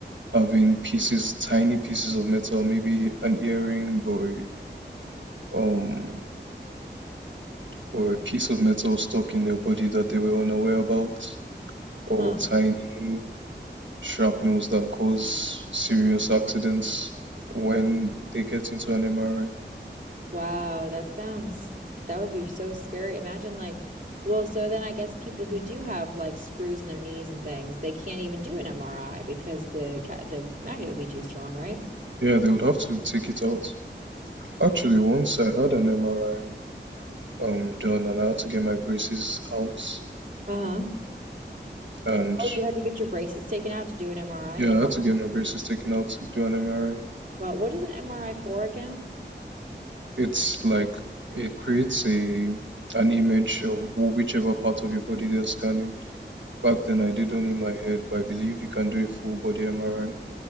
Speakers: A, on the right (about 80°); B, on the right (about 45°).
A: having pieces, tiny pieces of metal, maybe an earring or um or a piece of metal stuck in their body that they were unaware about, or
B: Huh.
A: tiny shrapnels that cause serious accidents when they get into an MRI.
B: Wow, that sounds that would be so scary. Imagine like, well, so then I guess people who do have like screws in their knees and things, they can't even do an MRI because the ca- the magnet would be too strong, right?
A: Yeah, they would have to take it out. Actually, once I had an MRI um done and I had to get my braces out
B: Uh-huh.
A: and
B: Oh, you had to get your braces taken out to do an MRI?
A: yeah, I had to get my braces taken out to do an MRI.
B: Well, what is an MRI for again?
A: It's like it creates a an image of wh- whichever part of your body they're scanning. Back then I did only my head, but I believe you can do a full body MRI.